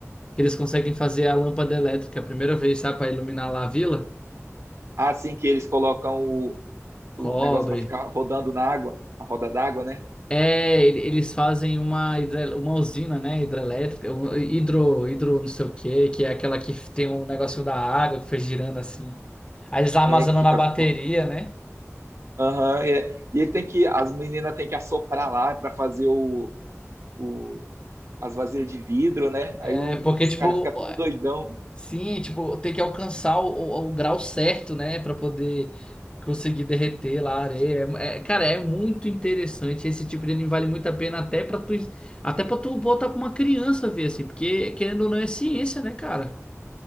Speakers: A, on the left; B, on the right.
A: Que eles conseguem fazer a lâmpada elétrica a primeira vez, sabe, pra iluminar lá a vila?
B: Assim que eles colocam o,
A: Cobre.
B: o negócio para ficar rodando na água, a roda d'água, né?
A: É, ele- eles fazem uma, hidre- uma usina, né, hidrelétrica, um hidro, hidro não sei o quê, que é aquela que tem um negocinho da água que foi girando assim. Aí eles armazenam
B: É, que fica.
A: na bateria,
B: com-
A: né?
B: Aham, e, é- e ele tem que. As meninas têm que assoprar lá para fazer o, o, as vasilhas de vidro, né? Aí
A: É
B: o-
A: porque,
B: os
A: tipo,
B: caras ficam tudo doidão.
A: sim, tipo, tem que alcançar o, o- o grau certo, né, Pra poder conseguir derreter lá a areia. É- é- cara, é muito interessante. Esse tipo de anime vale muito a pena até pra tu, até para tu botar pra uma criança ver, assim, porque querendo ou não é ciência, né, cara?